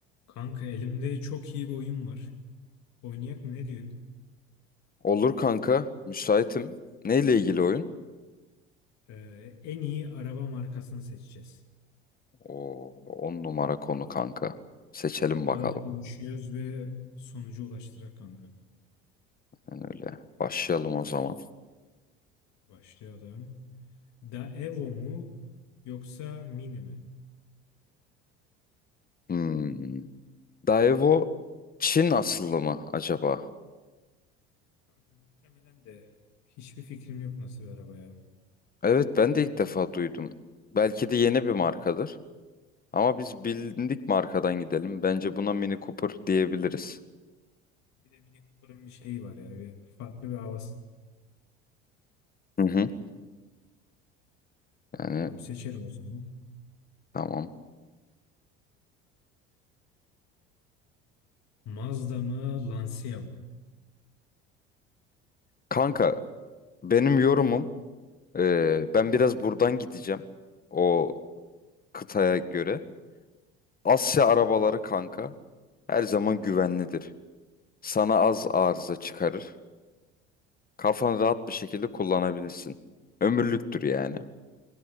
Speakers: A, on the left (about 60°); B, on the left (about 30°).
A: Kanka elimde çok iyi bir oyun var. Oynayak mı ne diyorsun?
B: Olur kanka, müsaitim. Neyle ilgili oyun?
A: Ee, en iyi araba markasını seçeceğiz.
B: Oo, on numara konu kanka. Seçelim
A: O kadar
B: bakalım.
A: konuşuyoruz ve sonuca ulaştırak kanka.
B: Yani öyle. Başlayalım o zaman.
A: Başlayalım. Daewoo mu yoksa Mini mi?
B: Hmm. Daewoo Çin asıllı mı acaba?
A: Kanka muhtemelen de hiçbir fikrim yok nasıl bir araba ya.
B: Evet ben de ilk defa duydum. Belki de yeni bir markadır. Ama biz bilindik markadan gidelim. Bence buna Mini Cooper diyebiliriz.
A: Bir de Mini Cooper'ın bir şeyi var ya. Bir farklı bir havası.
B: Hı hı. Yani
A: Tamam seçelim o zaman.
B: tamam.
A: Mazda mı Lancia mı?
B: Kanka benim yorumum e, ben biraz buradan gideceğim. O kıtaya göre. Asya arabaları kanka her zaman güvenlidir. Sana az arıza çıkarır. Kafanı rahat bir şekilde kullanabilirsin. Ömürlüktür yani.